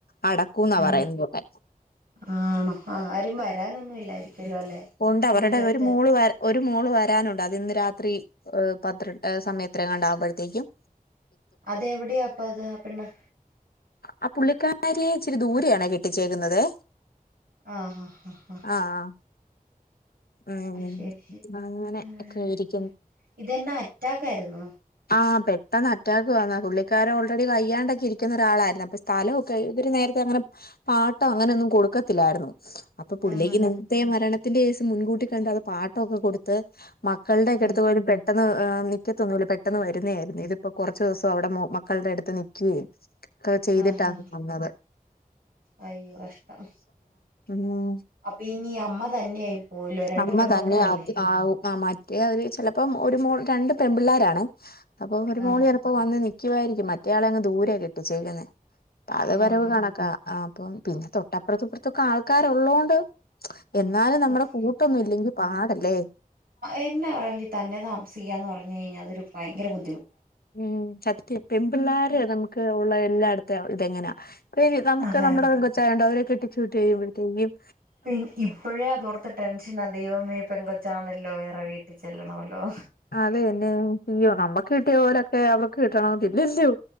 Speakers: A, on the left (about 85°); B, on the right (about 75°).
A: അടക്കൂന്ന
B: ആ.
A: പറയുന്നത് വിടെ.
B: ആണോ? ആ, ആരും വരാനൊന്നും ഇല്ലായിരിക്കുവല്ലോ അല്ലേ?
A: ഉണ്ട്, അവരുടെ
B: ദൂരത്ത്.
A: ഒരു മോള് വരാ ഒരു മോള് വരാനുണ്ട്. അത് ഇന്ന് രാത്രി പത്ര സമയത്രങ്ങാണ്ട് ആകുമ്പഴത്തേക്കും.
B: അതെ എവിടെയാ അപ്പ അത്, ആഹ് പെണ്ണ്?
A: ആഹ്, പുള്ളിക്കാരിയെ ഇച്ചിരി ദൂരയാണോ, കെട്ടിച്ചേക്കുന്നത്.
B: ആഹ് ആഹ്
A: ആഹ് ആഹ് ഉം
B: ശരി, ശരി.
A: അങ്ങനെ ഒക്കെ
B: ആ.
A: ഇരിക്കുന്നു.
B: ഇതെന്നാ അറ്റാക്കായിരുന്നോ
A: ആഹ് പെട്ടെന്ന് അറ്റാക്കു വന്നാ പുള്ളി ക്കാരർ ഓൾറെഡി വയ്യാണ്ടൊക്കെ ഇരിക്കുന്ന ഒരാളായിരുന്നു അപ്പൊ സ്ഥലൊക്കെ ഇവര് നേര്ത്തെ അങ്ങനെ. പാട്ടം അങ്ങനെയൊന്നും കൊടുക്കത്തില്ലായിര്ന്നു. അപ്പൊ പുള്ളിക്ക്
B: ആഹ് ആഹ്
A: നിത്തെ മരണത്തിന്റെ കേസ് മുൻകൂട്ടി കണ്ട് അത് പാട്ടൊക്കെ കൊടുത്ത് മക്കൾടെ ഒക്കെടുത്ത്
B: ആഹ്
A: പോയി പെ ട്ടെന്ന് നിക്കത്തൊന്നൂല്ല പെട്ടെന്ന് വരുന്നേ ആയിരുന്നു ഇത്പ്പൊ കൊർച്ചു ദിവസം അവിടെ മോ മ ക്കള്ടെ അടുത്ത് നിക്കിം ഒക്കെ ചെയ്തിട്ടാണ്
B: ആഹ് ആഹ്
A: വന്നത്.
B: അയ്യോ കഷ്ടം.
A: ഉം
B: അപ്പൊ ഇനി അമ്മ തന്നെയായി പോവല്ലോ രണ്ട്
A: അമ്മ
B: പെമ്മക്കളല്ലേ?
A: തന്നെ അത് ആവും ആ മറ്റേ അവര് ചെലപ്പം ഒരു മോൾ രണ്ട് പെമ്പിള്ളേരാണെ അപ്പൊ ഒരു
B: ആഹ്
A: മോള് ചെലപ്പോ വന്ന് നിക്കും. വായിരിക്കും മറ്റേയാളങ്ങ് ദൂരെ കെട്ടിച്ചേക്കുന്ന അത് വരവ്
B: ആഹ്
A: കണക്കാ. ആഹ് അപ്പം പിന്നെ തൊട്ടപ്പർത്തുപ്പർത്തൊക്കെ ആൾക്കാര് ഒള്ളോണ്ട് എന്നാലും നമ്മടെ
B: ഓഹ്
A: കൂട്ടൊന്നും ഇല്ലെങ്കി പാടല്ലേ
B: എന്ന ആണേലും തന്നെ താമസിക്കാന്ന് പറഞ്ഞ് കഴിഞ്ഞാ അതൊരു ഭയങ്കര ബു
A: ഉം സത്യം പെമ്പിള്ളാര് നമ്ക്ക് ഒള്ള എല്ലാട്ത്തെ ഇതെങ്ങനാ <unintelligible> നമ്ക്ക്
B: അതെ
A: നമ്മടെ
B: അതെ
A: പെങ്കൊച്ചായോണ്ട് അവരെ കെട്ടിച്ച് വിട്ട് കഴിയുമ്പഴ്ത്തേക്കും
B: പിൻ ഇപ്പഴേ അതോർത്ത് ടെൻ ഷനാ ദൈവമേ പെങ്കൊച്ചാന്നല്ലോ വേറെ വീട്ടി ചെല്ലണമല്ലോ
A: അതേല്ലേ ഇയ്യോ നമ്മക്ക് കിട്ടിയ പോലൊക്കെ അവർക്ക് കിട്ടണോന്നില്ലല്ലോ